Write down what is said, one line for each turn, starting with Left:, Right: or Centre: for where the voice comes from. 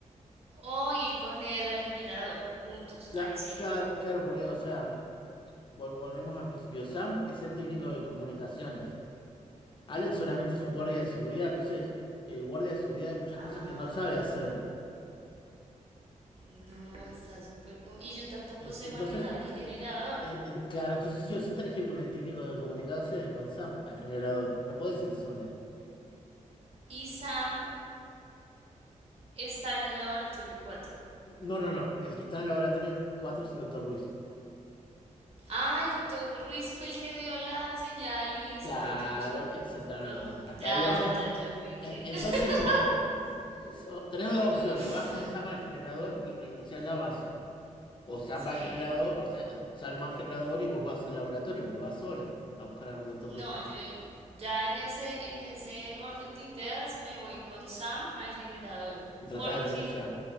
Right: O ir con él al generador, juntos,
Left: Cla-
Right: ahí sí.
Left: claro, claro, porque, o sea, vol- volvemos al principio. Sam es el técnico de comunicaciones. Alex solamente es un guardia de seguridad, entonces, eh, guardia de seguridad hay muchas
Right: Ah,
Left: cosas que no sabe hacer.
Right: no, está súper. com- Y yo tampoco
Left: En-
Right: sé
Left: Entonces,
Right: manejar el generador.
Left: eh, eh, eh, claro, entonces sí o sí tenés que ir con el técnico de comunicaciones, con Sam, al generador. No podés ir sola.
Right: Y Sam está en el laboratorio 4.
Left: No, no, no. El que está en el laboratorio 4 es el doctor Ruiz.
Right: Ah, el doctor Ruiz fue el que dio la señal y
Left: Claro,
Right: se perdió absolutamente
Left: exactamente.
Right: todo.
Left: Hasta
Right: Ya,
Left: ahí vamos.
Right: ya, ya, ya me
Left: E-
Right: quedé.
Left: Entonces
Right: <laughs>
Left: vos so- so, tenés dos opciones.
Right: Uf,
Left: Vas con Sam al generador y reiniciás la base. O Sam
Right: sí.
Left: va al generador, o sea, eh, Sam va al generador y vos vas al laboratorio, pero vas sola a buscar al doctor Ruiz.
Right: No, yo ya en ese, en ese orden de ideas me voy con Sam al generador.
Left: Y tratás
Right: Porque,
Left: de reiniciar.